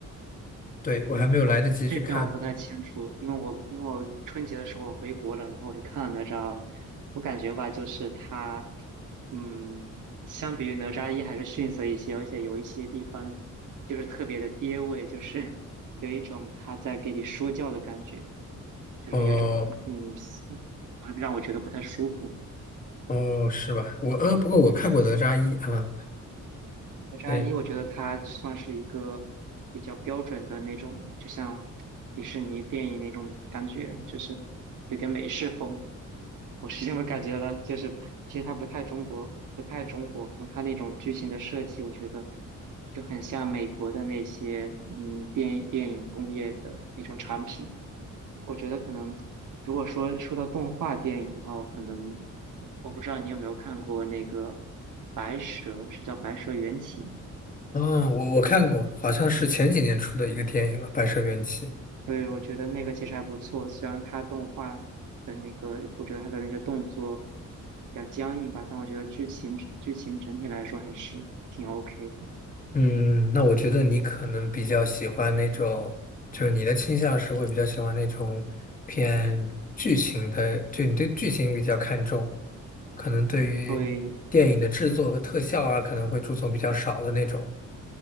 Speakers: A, on the left (about 25°); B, on the right (about 75°).
A: 对，我还没有来得及去看。
B: 我这边我不太清楚，因为我因为我春节的时候我回国了，然后我就看了哪吒，我感觉吧，就是它，嗯，相比于哪吒一还是逊色一些，而且有一些地方就是特别的爹味，就是有一种他在给你说教的感觉，就是有一种嗯，
A: 哦
B: 让我觉得不太舒服。
A: 哦，是吧？我呃，不过我看过哪吒一啊，
B: 哪吒一，
A: 对，
B: 我觉得它算是一个比较标准的那种，就像迪士尼电影那种感觉，就是有点美式风。我是这么感觉了，就是其实它不太中国，不太中国风，它那种剧情的设计，我觉得就很像美国的那些嗯电影电影工业的那种产品。我觉得可能如果说说到动画电影的话，我可能我不知道你有没有看过那个《白蛇》，是叫《白蛇缘起》
A: 嗯，我我看过，好像是前几年出的一个电影了，《白蛇缘起》。
B: 对，我觉得那个其实还不错，虽然它动画的那个，我觉得它的那些动作比较僵硬吧，但我觉得剧情剧情整体来说还是挺 OK 的。
A: 嗯，那我觉得你可能比较喜欢那种，就是你的倾向是会比较喜欢那种偏剧情的，就你对剧情比较看重，可能对于电影的制作和特效啊，
B: 对
A: 可能会注重比较少的那种。